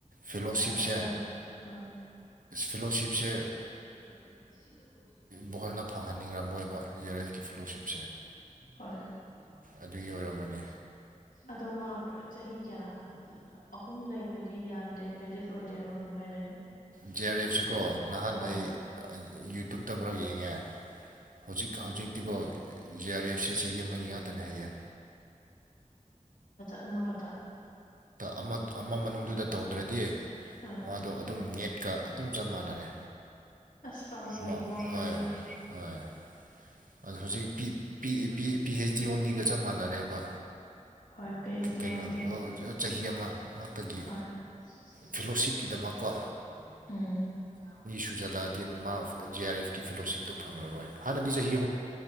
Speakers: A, on the right (about 80°); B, on the left (about 75°).
A: ꯐꯤꯂꯣꯁꯤꯞꯁꯦ
B: ꯈꯔ ꯑ
A: ꯐꯤꯂꯣꯁꯤꯞꯁꯦ
B: <unintelligible>
A: ꯕꯣꯍꯜꯅ ꯐꯪꯍꯟꯅꯤꯡꯉꯝꯃꯣꯏꯕ ꯖꯦ ꯑꯥꯔ ꯑꯦꯐꯀꯤ ꯐꯦꯂꯣꯁꯤꯞꯁꯦ ꯑꯗꯨꯒꯤ ꯑꯣꯏꯔꯝꯃꯅꯤ
B: ꯑꯗꯣ ꯃꯥ ꯆꯍꯤ ꯀꯌꯥ ꯑꯍꯨꯝ ꯂꯩꯈ꯭ꯔꯗꯤ ꯌꯥꯗꯦ ꯚꯦꯂꯤꯠ ꯑꯣꯏꯗꯦ ꯍꯥꯏꯕ ꯀꯃꯝꯥꯏ ꯍꯥꯏꯗꯣꯏꯅꯦ <unintelligible>
A: ꯖꯤ ꯑꯥꯔ ꯑꯦꯐꯁꯤꯀꯣ ꯅꯍꯥꯟ ꯑꯩ ꯌꯨꯇ꯭ꯌꯨꯕꯇ ꯑꯃꯔꯛ ꯌꯦꯡꯉꯦ ꯍꯧꯖꯤꯛ ꯍꯧꯖꯤꯛꯇꯤꯀꯣ ꯖꯤ ꯑꯥꯔ ꯑꯦꯐꯁꯦ ꯆꯍꯤ ꯑꯃꯒꯤ ꯉꯥꯛꯇꯅꯦ ꯍꯥꯏꯌꯦ
B: <unintelligible> ꯑꯃꯔ ꯍꯇꯥ <unintelligible>
A: ꯑꯃꯈ ꯃꯅꯨꯡꯗꯨꯗ ꯇꯧꯗ꯭ꯔꯗꯤ
B: ꯑꯥ
A: ꯃꯥꯗꯣ ꯑꯗꯨꯝ ꯅꯦꯠꯀ ꯑꯗꯨꯝ ꯆꯞ ꯃꯥꯟꯅꯔꯦ
B: ꯑꯁ ꯄꯥꯝꯃꯨꯌꯦꯀꯣ
A: ꯃꯥ
B: ꯑꯗꯨꯗꯤ
A: ꯍꯣꯏ ꯍꯣꯏ
B: ꯍꯣꯏ
A: ꯑꯗꯣ ꯍꯧꯖꯤꯛ ꯄꯤ ꯄꯤ ꯄꯤ ꯄꯤ ꯍꯩꯆ ꯗꯤ ꯑꯣꯟꯂꯤꯒ ꯆꯞ ꯃꯥꯟꯅꯔꯦꯕ ꯀꯩꯅꯣ
B: ꯎꯝ
A: ꯆꯍꯤ ꯑꯃ ꯉꯥꯛꯇꯒꯤ ꯐꯦꯂꯣꯁꯤꯞꯀꯤꯗꯃꯛꯀꯣ ꯁꯨꯖꯂꯥꯗꯤꯟ ꯃꯥ ꯑꯥꯔ ꯑꯦꯐꯀꯤ ꯐꯦꯂꯣꯁꯤꯞꯇꯣ ꯐꯪꯂꯔꯣꯏ ꯍꯥꯟꯅꯗꯤ ꯆꯍꯤ